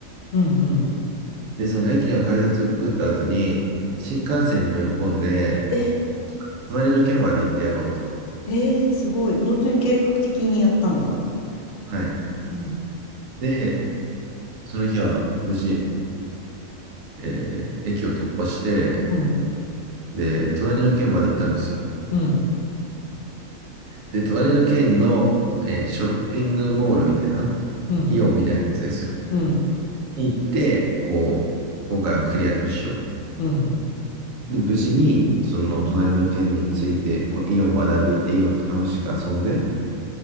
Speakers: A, on the left; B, on the right.
A: うん、うん。
B: で、その駅の改札をくぐった後に、新幹線に乗り込んで、
A: え、
B: 隣の県まで行ってやろうと。
A: ええすごい。本当に計画的にやったんだ。
B: はい。
A: ね、
B: で、その日は無事、えー駅を突破して、
A: うん、
B: で、隣の県まで行ったんですよ。
A: うん、うん、
B: で、隣の県の、えーと、ショッピングモールみたいな、
A: うん、
B: イオンみたいなやつですよ。
A: うん、
B: 行って、こう、今回はクリアとしようみたい
A: うん、
B: な。で、無事に、その隣の県について、こうイオンまで歩いて、イオン楽しく遊んで、